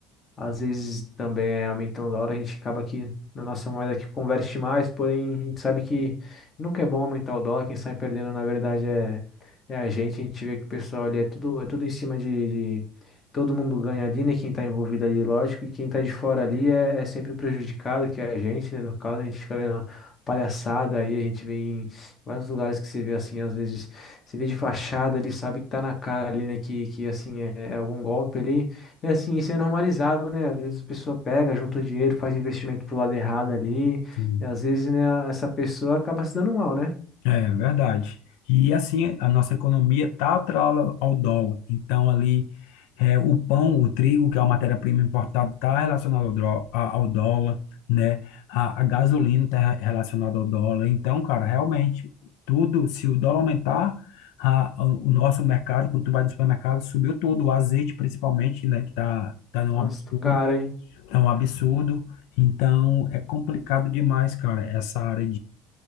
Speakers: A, on the left; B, on the left.
A: Às vezes também é aumentando o dólar, a gente acaba que na nossa moeda que converte mais, porém a gente sabe que nunca é bom aumentar o dólar, quem sai perdendo na verdade é, é a gente, a gente vê que o pessoal ali é tudo, é tudo em cima de, de- todo mundo ganha ali, né? Quem tá envolvido ali, lógico, e quem tá de fora ali é, é sempre o prejudicado, que é a gente, né? No caso, a gente fica vendo palhaçada aí, a gente vê em vários lugares que você vê assim, às vezes, você vê de fachada ali, sabe que tá na cara ali, né? Que, que assim, é é algum golpe ali. É assim, isso é normalizado, né? Às vezes a pessoa pega, junta o dinheiro, faz investimento pro lado errado ali,
B: Sim.
A: e às vezes, né, essa pessoa acaba se dando mal, né?
B: É verdade. E assim, a nossa economia está atrelada ao dólar. Então, ali, é, o pão, o trigo, que é uma matéria-prima importada, está relacionado ao, dró- a- ao dólar, né? A, a gasolina está relacionada ao dólar. Então, cara, realmente, tudo, se o dólar aumentar, a- o o nosso mercado, quando tu vai no supermercado, subiu tudo. O azeite, principalmente, né? Que tá, tá num
A: Nossa,
B: absurdo,
A: tu cara, hein?
B: tá um absurdo. Então, é complicado demais, cara, essa área